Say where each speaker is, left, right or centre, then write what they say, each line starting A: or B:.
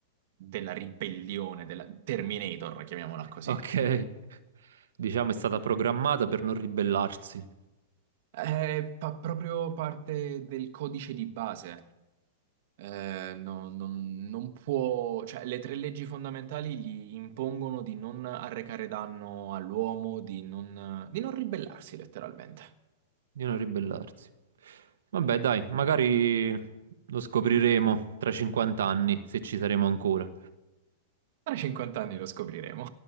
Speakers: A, on the right; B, on the right.
A: della ribellione, della Terminator, chiamiamola così.
B: Ok, diciamo, è stata programmata per non ribellarsi,
A: È fa proprio parte del codice di base. Eh, non, non- non può, cioè, le tre leggi fondamentali gli impongono di non arrecare danno all'uomo, di non, di non ribellarsi letteralmente.
B: di non ribellarsi. Vabbè, dai, magari lo scopriremo tra 50 anni, se ci saremo ancora.
A: Tra 50 anni lo scopriremo.